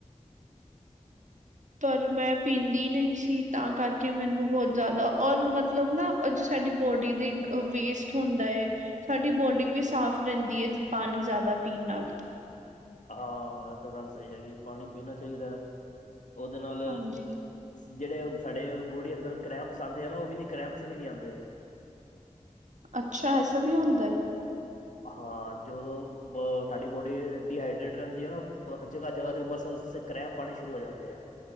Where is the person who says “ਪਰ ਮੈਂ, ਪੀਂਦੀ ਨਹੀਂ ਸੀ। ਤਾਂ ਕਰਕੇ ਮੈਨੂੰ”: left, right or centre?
Right